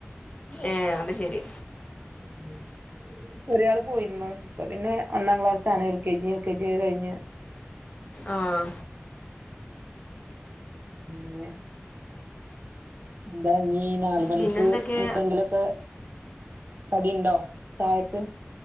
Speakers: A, on the left; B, on the right.
A: ഏഹ് അത് ശെരി.
B: <unintelligible> ചെറിയ ആൾ പോയിരുന്നു. അപ്പൊ പിന്നെ ഒന്നാം ക്ലാസ് <unintelligible> എൽകെജി യുകെജി ഒക്കെ കഴിഞ്ഞ്.
A: ആഹ്
B: പിന്നെ എന്താ നീ നാലുമണിക്ക്
A: പിന്നെന്തൊക്കെ
B: എന്തെങ്കിലൊക്കെ കടി ഉണ്ടോ ചായക്ക്.